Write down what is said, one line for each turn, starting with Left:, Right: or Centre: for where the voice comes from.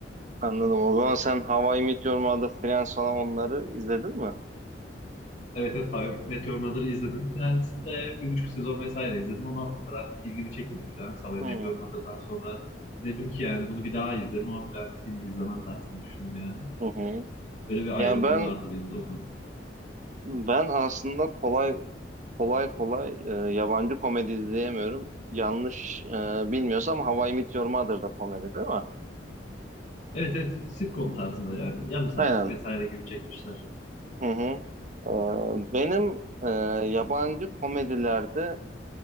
Right: Anladım. O zaman sen How I Met Your Mother, Friends falan onları izledin mi?
Left: Evet evet How I Met Your Mother'ı izledim. Friends'te bir buçuk sezon vesaire izledim ama o kadar ilgimi çekmedi Friends. How I
Right: Hı
Left: Met
Right: hı.
Left: Your Mother'dan sonra dedim ki yani bunu bir daha izlerim ama Friends'i yine izlemem tarzında düşündüm yani.
Right: hı.
Left: Böyle bir
Right: Ya
Left: ayrımım
Right: ben
Left: vardı benim de o konu.
Right: ben aslında kolay kolay kolay e, yabancı komedi izleyemiyorum. Yanlış e, bilmiyorsam How I Met Your Mother da komedi değil mi?
Left: Evet evet sitcom tarzında yani yarım saatlik
Right: Aynen
Left: vesaire gibi çekmişler.
Right: Hı hı. Ee, benim e, yabancı komedilerde